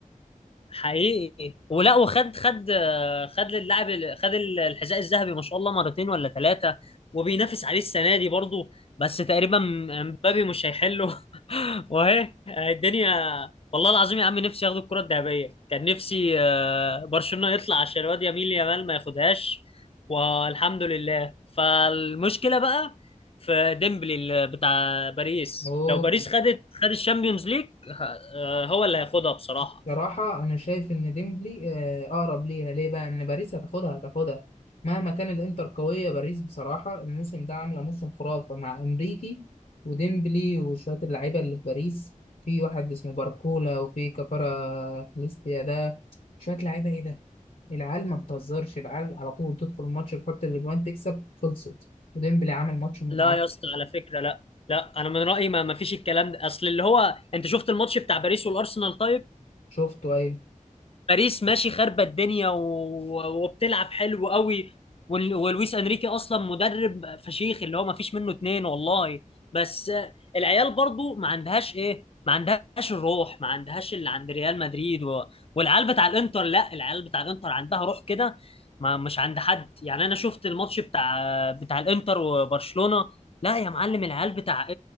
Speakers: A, on the left; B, on the left.
A: حقيقي ولا وخد خد خد للاعب ال- خد الحذاء الذهبي ما شاء الله مرتين ولا ثلاثة وبينافس عليه السنة دي برضه بس تقريبا مبابي مش هيحله <laughs> واهي الدنيا والله العظيم يا عم نفسي ياخدوا الكرة الذهبية كان نفسي آه، برشلونة يطلع عشان الواد يميل يامال ما ياخدهاش والحمد لله فالمشكلة بقى في ديمبلي اللي بتاع باريس
B: هو
A: لو باريس خدت خد الشامبيونز ليج ه- آه، هو اللي هياخدها بصراحة
B: بصراحة أنا شايف إن ديمبلي آه، أقرب ليها ليه بقى إن باريس هتاخدها هتاخدها مهما كان الإنتر قوية باريس بصراحة الموسم ده عاملة موسم خرافة مع إنريكي وديمبلي وشوية اللعيبة اللي في باريس في واحد اسمه باركولا وفي كفارة خليستيا ده شوية لعيبة إيه ده العيال ما بتهزرش العيال على طول تدخل الماتش تحط الأجوان تكسب خلصت وديمبلي عامل ماتش عامل
A: لا يا اسطى على فكره لا لا انا من رايي ما ما فيش الكلام ده اصل اللي هو انت شفت الماتش بتاع باريس والارسنال طيب
B: شفته أيه
A: باريس ماشي خاربه الدنيا و... وبتلعب حلو قوي وال... ولويس انريكي اصلا مدرب فشيخ اللي هو ما فيش منه اتنين والله بس آه، العيال برضو ما عندهاش ايه ما عندهاش الروح ما عندهاش اللي عند ريال مدريد و... والعيال بتاع الانتر لا العيال بتاع الانتر عندها روح كده ما مش عند حد يعني انا شفت الماتش بتاع بتاع الانتر وبرشلونة لا يا معلم العيال بتاع